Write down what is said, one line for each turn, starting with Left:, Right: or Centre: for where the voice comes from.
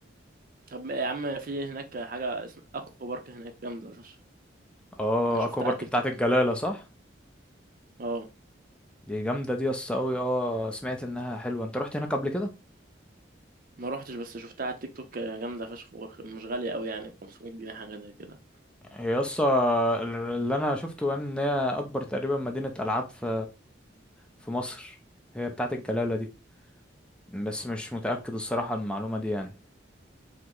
Right: طب يا عم في هناك حاجة اسمها أكوا بارك هناك جامدة فشخ
Centre: اه
Right: أنا شفتها
Centre: اكوا بارك
Right: على التيك
Centre: بتاعت
Right: توك
Centre: الجلالة صح
Right: اه
Centre: دي جامدة دي يس قوي اه سمعت انها حلوة انت رحت هناك قبل كده
Right: ما روحتش بس شفتها على التيك توك آه، جامده فشخ ورخ- مش غاليه قوي يعني ب 500 جنيه حاجه زي كده
Centre: هي يس اللي انا شفته ان هي اكبر تقريبا مدينة العاب في في مصر هي بتاعت الجلالة دي بس مش متأكد الصراحة المعلومة دي يعني